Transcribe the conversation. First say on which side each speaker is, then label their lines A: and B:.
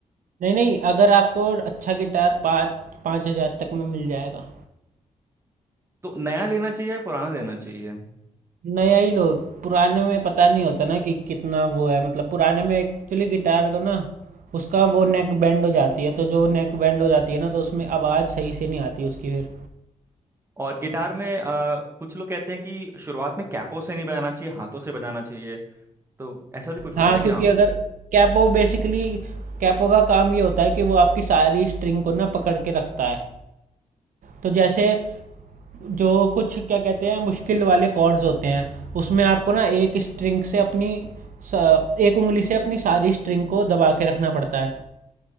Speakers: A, on the right; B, on the right.
A: नहीं नहीं अगर आपको अच्छा गिटार पाँच पाँच हज़ार तक में मिल जाएगा
B: तो नया लेना चाहिए या पुराना लेना चाहिए
A: नया ही लो पुराने में पता नहीं होता ना कि कितना वो है मतलब पुराने में एक्चुअली गिटार को ना उसका वो नेक बैंड हो जाती है तो जो नेक बैंड हो जाती है ना तो उसमें आवाज़ सही से नहीं आती उसकी फिर
B: और गिटार में अ, कुछ लोग कहते हैं कि शुरुआत में कैपो से नहीं बजाना चाहिए हाथों से बजाना चाहिए तो ऐसा भी कुछ होता
A: हाँ
B: है
A: क्योंकि
B: क्या
A: अगर कैपो बेसिकली कैपो का काम ये होता है कि वो आपकी सारी स्ट्रिंग को ना पकड़ के रखता है तो जैसे जो कुछ क्या कहते हैं मुश्किल वाले कॉर्ड्स होते हैं उसमें आपको ना एक स्ट्रिंग से अपनी स- एक उंगली से अपनी सारी स्ट्रिंग को दबा के रखना पड़ता है